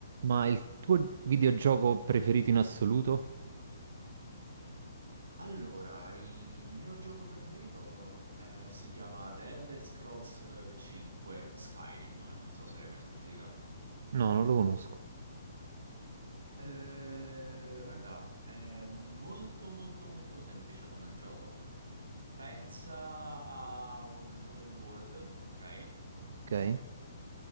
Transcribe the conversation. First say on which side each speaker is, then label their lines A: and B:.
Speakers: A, on the right (about 55°); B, on the right (about 70°).
A: Ma il tuo videogioco preferito in assoluto?
B: Allora, il mio gioco preferito eh, si chiama The Elder Scrolls 5 Skyrim, non so se l'hai mai sentito.
A: No, non lo conosco.
B: Eh, guarda, è molto molto molto semplice come gioco. Pensa a un open world, ok?
A: Ok.